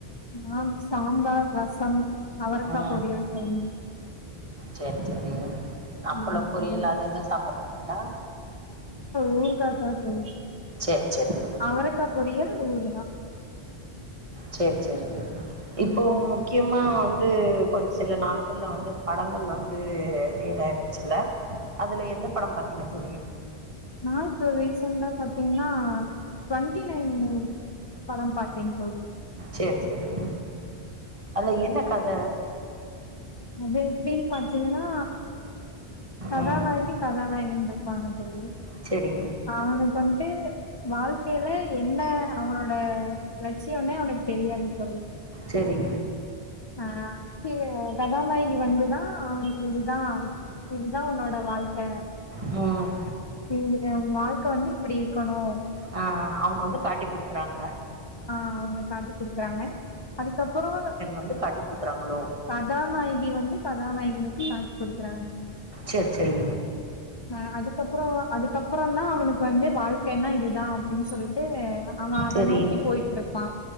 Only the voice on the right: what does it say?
ம்
சரி சரி அப்பளம்
பொரியல்
அது எதுவும் சாப்ட மாட்ட இன்னா
சரி சரி தோழி
சரி சரி தோழி இப்போ
முக்கியமா வந்து கொஞ்சம் சில நாட்கள்ல வந்து படங்கள் வந்து இதாயிருந்துச்சுல்ல அதுல எந்த படம் பாத்தீங்க தோழி
சரி சரி அதுல என்ன கத
ம்
செரி
செரி
ம்
ஆ அவங்க வந்து காட்டி கொடுக்குறாங்க
வந்து காட்டி குடுக்குறாங்களோ
செரி செரி
செரி
இது